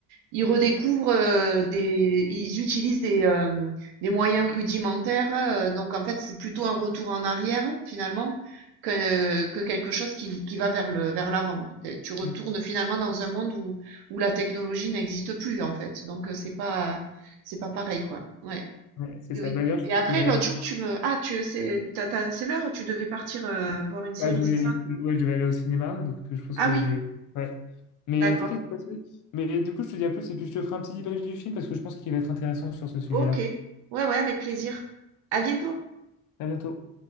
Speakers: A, on the right; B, on the left.
A: Ils redécouvrent euh, des, ils utilisent des, euh, des moyens rudimentaires. euh, donc en fait, c'est plutôt un retour en arrière finalement que, euh, que quelque chose qui, qui va vers le, vers l'avant. Tu retournes
B: Mm.
A: finalement dans un monde où, où la technologie n'existe plus en fait. Donc euh, c'est pas, c'est pas pareil quoi. Ouais,
B: Ouais, c'est
A: oui,
B: ça.
A: oui.
B: Bah, d'ailleurs, je
A: Et
B: pense
A: après
B: que je vais...
A: l'autre jour, tu me, ah tu, c'est, t'as- t'as- c'est l'heure, tu devais partir euh, voir une série,
B: ah, je voulais-
A: c'est ça?
B: ouais, je vais aller au cinéma, donc euh, je pense
A: Ah
B: que
A: oui,
B: j'ai... Ouais. Mais
A: d'accord.
B: euh, t'inquiète, c'est pas de souci. Mais du coup, je te dis à plus, et puis je te ferai un petit débrief du film, parce que je pense qu'il va être intéressant sur ce sujet-là.
A: Ok. Ouais, ouais, avec plaisir. À bientôt.
B: À bientôt.